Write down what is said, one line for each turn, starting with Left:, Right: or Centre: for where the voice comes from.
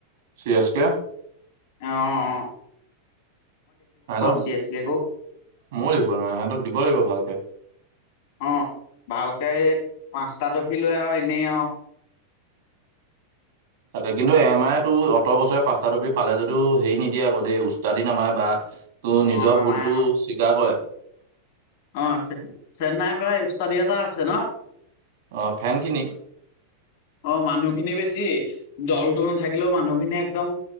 Right: C S K.
Left: অ', অ', অ'।
Right: সিহঁতক
Left: চিৰিয়াছলি আকৌ
Right: ময়ো দিব নোৱাৰো সিহঁতক দিব লাগিব ভালকে।
Left: অ', ভালকৈ পাঁচটা ট্ৰফি লৈ আৰু এনেই আৰু।
Right: তাকে কিন্তু এম আইতো ওঠৰ বছৰে পাঁচটা ট্ৰফি পালে যদিও হেৰি নিদিয়ে আকৌ দেই উষ্টাদি নামাৰে বা তো
Left: অ',
Right: নিজৰ
Left: নামাই
Right: ভুলতো
Left: আৰু
Right: স্বীকাৰ কৰে।
Left: অ', চেন্নাইৰ পৰা ওষ্টাডি এটা আছে ন।
Right: অ', ফেনখিনি
Left: অ', মানুহখিনি বেছি। দলটো নাথাকিলেও মানুহখিনি একদম